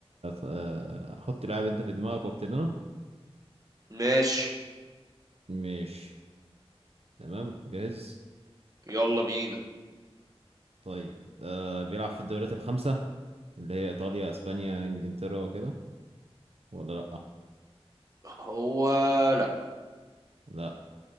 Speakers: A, on the right; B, on the right.
A: آه، حط لاعب انت في دماغك وابتدي انا
B: ماشي
A: ماشي تمام جاهز
B: يلا بينا
A: طيب آه بيلعب في الدوريات الخمسه اللي هي ايطاليا اسبانيا انجلترا كده ولا لا
B: هو لا
A: لا